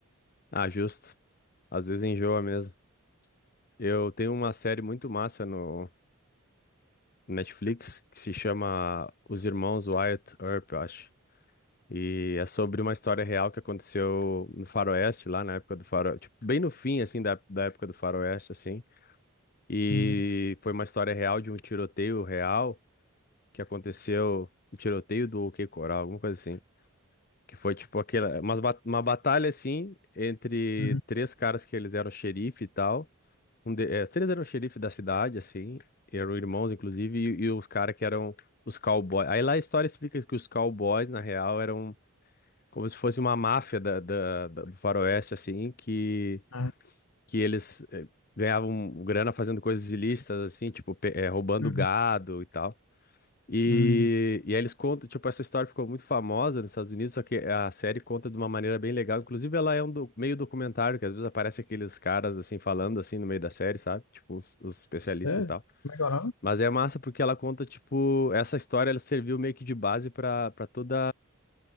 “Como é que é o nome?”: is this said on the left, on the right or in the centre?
Left